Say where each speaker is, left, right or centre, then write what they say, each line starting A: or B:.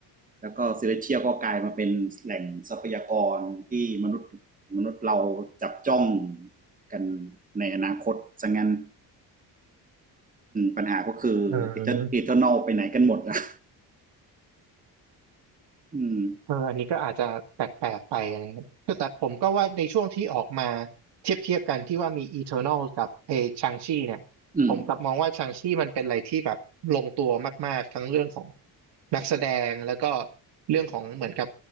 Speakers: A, on the right; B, on the right.
A: แล้วก็เซเลเชียลก็กลายมาเป็นแหล่งทรัพยากรที่มนุษย์มนุษย์เราจับจ้องกันในอนาคตสังงั้นปัญหาก็คือ
B: อืม
A: เอทานอลไปไหนกันหมดนะอืม
B: เอออันนี้ก็อาจจะแปลกๆไปอะไรเงี้ยคือแต่ผมก็ว่าในช่วงที่ออกมาเทียบเทียบกันที่ว่ามี Eternal กับเอชางชีเนี่ยผมกลับมองว่าชางชีมันเป็นอะไรที่แบบลงตัวมากๆ
A: อืม
B: ทั้งเรื่องของนักแสดงแล้วก็เรื่องของเหมือนกับ